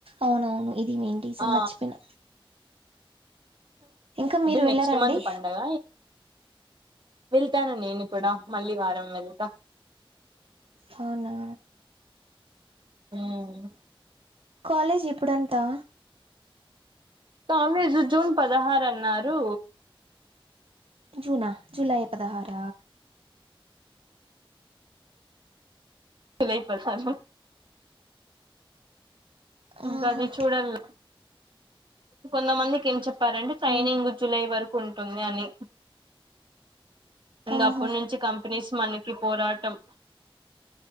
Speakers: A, on the right (about 85°); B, on the right (about 60°).
A: అవునవును ఇది మెయిన్ రీజన్
B: ఆ
A: మర్చిపోయినా ఇంకా
B: అంటే
A: మీరు
B: నెక్స్ట్
A: వెళ్ళారా
B: మంత్
A: అండి
B: పండగ వెళ్తాను నేనుప్పుడ మళ్ళీ వారం వెళ్తా
A: అవునా
B: ఉహ్
A: కాలేజ్ ఇప్పుడంటా
B: కాలేజు జూన్ పదహారు అన్నారు
A: జూనా జులై పదహార
B: <unintelligible> ఇంకా
A: ఆహా
B: అది చూడలా కొంతమందికి ఏం చెప్ చెప్పాలంటే ట్రైనింగ్
A: ఉమ్.
B: జులై వరకు ఉంటుంది అని ఇంకప్పటి
A: ఆహా
B: నుంచి కంపెనీస్ మనకి పోరాటం